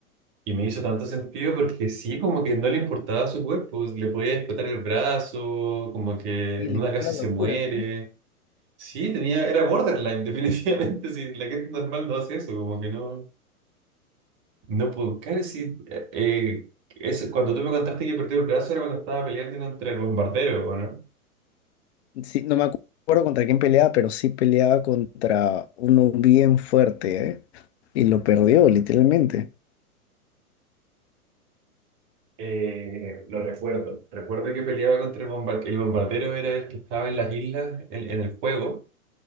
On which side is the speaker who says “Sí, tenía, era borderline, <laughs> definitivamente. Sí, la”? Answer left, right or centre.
Right